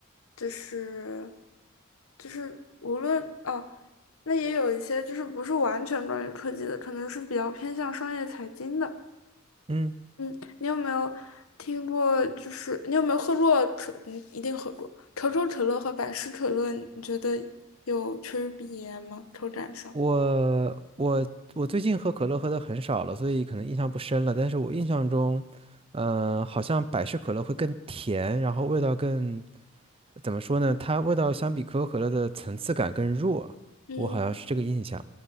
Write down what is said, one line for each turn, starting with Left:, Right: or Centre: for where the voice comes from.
Left: 就是就是无论哦，那也有一些就是不是完全关于科技的，可能是比较偏向商业财经的。
Right: 嗯，
Left: 嗯，你有没有听过？就是你有没有喝过可？你一定喝过可口可乐和百事可乐，你觉得有区别吗？口感上？
Right: 我我我最近喝可乐喝的很少了，所以可能印象不深了。但是我印象中，呃，好像百事可乐会更甜，然后味道更，怎么说呢？它味道相比可口可乐的层次感更弱，
Left: 嗯。
Right: 我好像是这个印象。